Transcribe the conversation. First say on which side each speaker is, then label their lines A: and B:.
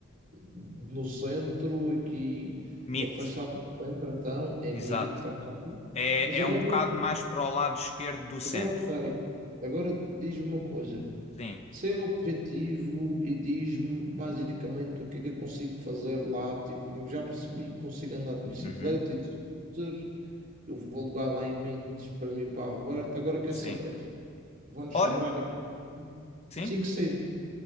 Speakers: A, on the right; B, on the left.
A: no centro, aqui,
B: Meet,
A: afastado do centro, então, é
B: exato.
A: mito, ok.
B: É,
A: Mas agora,
B: é um bocado mais para o lado esquerdo do centro.
A: agora ok, agora diz-me uma coisa,
B: Sim.
A: seu objetivo e diz-me basicamente o que é que eu consigo fazer lá, tipo, já percebi que consigo andar de bicicleta
B: Uhum.
A: e de scooter, Eu vou alugar lá em Mites para mim, para a Roberta. Agora quer
B: Sim.
A: saber? Vão-nos
B: Olha,
A: sobrar aqui
B: sim,
A: 5 seis